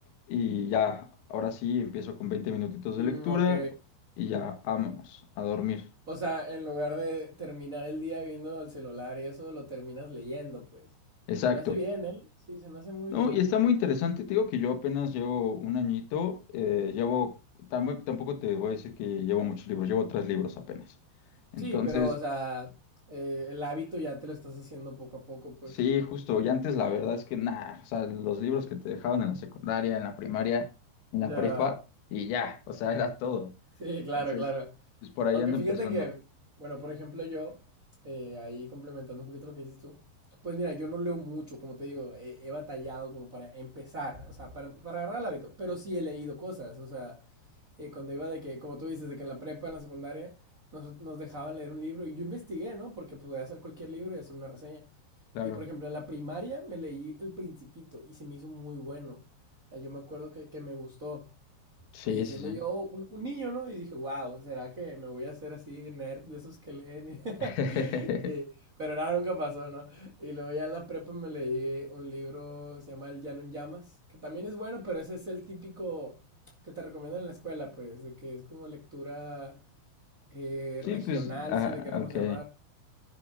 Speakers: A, on the left; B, on the right.
A: Y ya, ahora sí empiezo con 20 minutitos de
B: Mm,
A: lectura
B: ok.
A: y ya, vámonos a dormir.
B: O sea, en lugar de terminar el día viendo el celular y eso, lo terminas leyendo, pues.
A: Exacto.
B: Se me hace bien, ¿eh? Sí, se me hace muy
A: No,
B: bien.
A: y está muy interesante, te digo que yo apenas llevo un añito, eh, llevo, tam- bueno, tampoco te voy a decir que llevo muchos libros, llevo tres libros apenas. Entonces,
B: Sí, pero, o sea, eh, el hábito ya te lo estás haciendo poco a poco, pues.
A: sí, justo, y antes la verdad es que nada, o sea, los libros que te dejaban en la secundaria, en la primaria, en
B: Ya.
A: la prepa, y ya, o sea, era todo.
B: Sí, claro,
A: Entonces,
B: claro.
A: pues por ahí
B: Aunque
A: ando
B: fíjate
A: empezando,
B: que, bueno, por ejemplo, yo, eh, ahí complementando un poquito lo que dices tú, pues mira, yo no leo mucho, como te digo, he, he batallado como para empezar, o sea, para, para agarrar el hábito, pero sí he leído cosas, o sea, eh, cuando iba de que, como tú dices, de que en la prepa, en la secundaria, nos, nos dejaban leer un libro y yo investigué, ¿no? Porque pues voy a hacer cualquier libro y hacer una reseña.
A: claro.
B: Y por ejemplo, en la primaria me leí El Principito y se me hizo muy bueno. O sea, yo me acuerdo que, que me gustó.
A: Sí,
B: Y siendo
A: sí, sí.
B: yo un, un niño, ¿no? Y dije, wow, ¿será que me voy a hacer así nerd de esos que leen? <laughs>
A: <laughs>
B: Y- pero nada, nunca pasó, ¿no? Y luego ya en la prepa me leí un libro, se llama El Llano en Llamas, que también es bueno, pero ese es el típico que te recomiendan en la escuela, pues, de que es como lectura eh,
A: Sí,
B: regional,
A: pues, ah,
B: si le queremos
A: ok.
B: llamar.